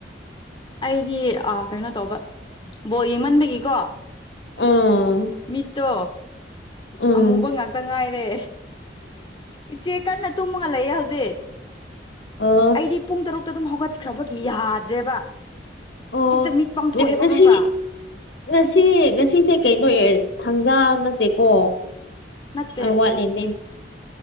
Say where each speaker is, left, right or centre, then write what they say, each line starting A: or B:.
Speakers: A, on the left; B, on the left.
A: ꯑꯩꯗꯤ ꯑ ꯀꯩꯅꯣ ꯇꯧꯕ ꯕꯣꯜ ꯌꯦꯡꯃꯟꯕꯒꯤꯀꯣ__
B: ꯎꯝ
A: ꯃꯤꯠꯇꯣ__
B: ꯎꯝ
A: ꯑꯃꯨꯕ ꯉꯥꯛꯇ ꯉꯥꯏꯔꯦ ꯏꯆꯦ ꯀꯟꯅ ꯇꯨꯝꯃꯒ ꯂꯩꯌꯦ ꯍꯧꯖꯤꯛ꯫
B: ꯑ
A: ꯑꯩꯗꯤ ꯄꯨꯡ ꯇꯔꯨꯛꯇ ꯗꯨꯝ ꯍꯧꯒꯠꯈ꯭ꯔꯕꯒꯤ ꯌꯥꯗ꯭ꯔꯦꯕ꯫
B: ꯑꯣ
A: ꯍꯦꯛꯇ ꯃꯤꯠ ꯄꯥꯡꯊꯣꯛꯑꯦꯕ
B: ꯉꯁꯤ
A: ꯈꯪꯕ꯭ꯔꯥ꯫
B: ꯉꯁꯤ ꯉꯁꯤꯁꯦ ꯀꯩꯅꯣ ꯌꯦꯁ ꯊꯥꯡꯖꯥ ꯅꯠꯇꯦꯀꯣ꯫
A: ꯅꯠꯇꯦ
B: ꯑ ꯋꯥꯠꯂꯤꯅꯦ꯫